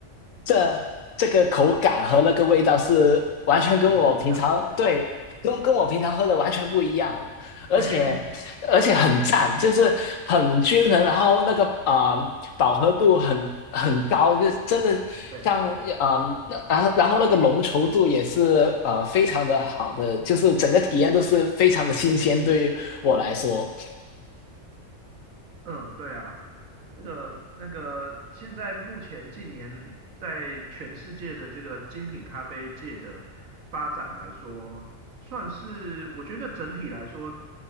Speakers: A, on the left; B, on the right.
A: 这这个口感和那个味道是完全跟我平常对跟跟我平常喝的完全不一样，
B: 很不一样，
A: 而且而且很赞，
B: 对
A: 就是很均衡，然后那个啊、呃饱和度很很高，就真的像啊、
B: 对。
A: 呃那然后然后那个浓稠度也是呃非常的好的，就是整个体验都是非常的新鲜，对于我来说，
B: 嗯，对啊，那个那个，现在目前近年在全世界的这个精品咖啡界的发展来说，算是我觉得整体来说，